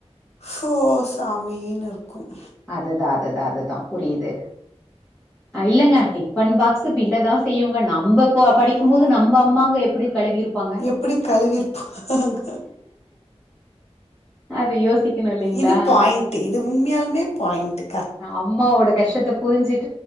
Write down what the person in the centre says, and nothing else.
அதுதான் அதுதான் அதுதான் புரியுது இல்லைங்க டிஃபன் பாக்ஸ் வலதான் செய்யுங்க ந ந
படிக்கும்போது நம்ம அம்மாங்க எப்படி கழுவிிருப்பாங்க
அதது யோசிக்கணும் இல்லங்களா
அம்மாவோட கஷ்டத்தை புரிஞ்சுட்டு